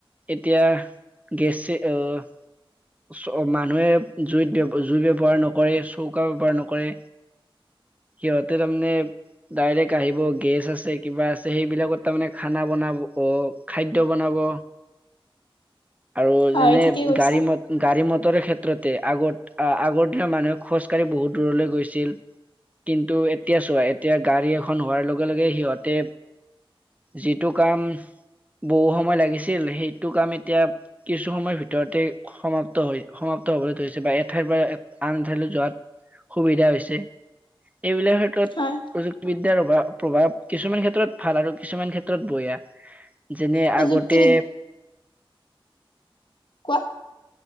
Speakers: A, on the right; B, on the left.
A: এতিয়া গেছে অহ চ মানুহে জুইত-জুই ব্যৱহাৰ নকৰে, চৌকা ব্যৱহাৰ নকৰে। সিহঁতে তাৰমানে, ডাইৰেক্ট আহিব গেছ আছে, কিবা আছে, সেইবিলাকত তাৰমানে খানা বনাব অ খাদ্য বনাব। আৰু
B: হয়
A: যেনে
B: ঠিকে কৈছা।
A: গাড়ী মত গাড়ী মটৰ ক্ষেত্ৰতে আগত আ আগতে মানুহে খোজকাঢ়ি বহুত দূৰলৈ গৈছিল। কিন্তু, এতিয়া চোৱা এতিয়া গাড়ী এখন হোৱাৰ লগে লগে সিহঁতে, যিটো কাম বহু সময় লাগিছিল সেইটো কাম এতিয়া কিছু সময়ৰ ভিতৰতে সমাপ্ত হৈ, সমাপ্ত হবলৈ ধৰিছে বাহিৰা ঠাইৰ পৰা আন এঠাইলৈ যোৱাত সুবিধা হৈছে। এইবিলাক ক্ষেত্ৰত,
B: হয়
A: প্ৰযুক্তিবিদ্যাৰ অভাৱ। প্ৰভাৱ, কিছুমান ক্ষেত্ৰত ভাল আৰু কিছুমান ক্ষেত্ৰত বয়া। যেনে
B: প্ৰযুক্তিবিদ
A: আগতে
B: কোৱা